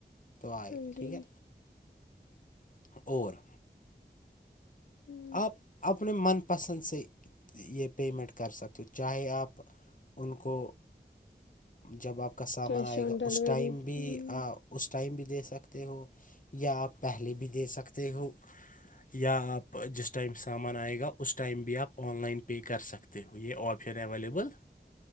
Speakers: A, on the left; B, on the left.
A: تو آئے
B: ہاں
A: گ ٹھیک
B: جی
A: ہے, اور-
B: ہوں
A: آپ اپنے من پسند سے یہ پیمنٹ کر سکتے ہو چاہے آپ- ان کو جب آپ سامعین
B: کیش
A: آئےگا
B: آن ڈیلیوری
A: یوز ٹائم بھی
B: ہوں
A: اس ٹائم بھی دے سکتے ہو- یا آپ پہلے بھی دے سکتے ہو یا آپ- جس ٹائم سامان آئے گا اس ٹائم بھی آپ آن لائن پے کر سکتے ہو یہ آپشن اویلیبل- <inaudible>